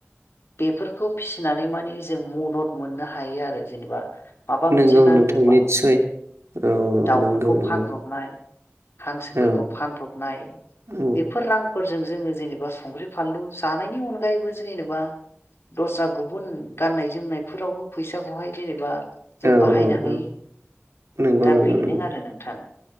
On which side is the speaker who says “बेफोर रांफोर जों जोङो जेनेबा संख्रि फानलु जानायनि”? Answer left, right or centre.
Left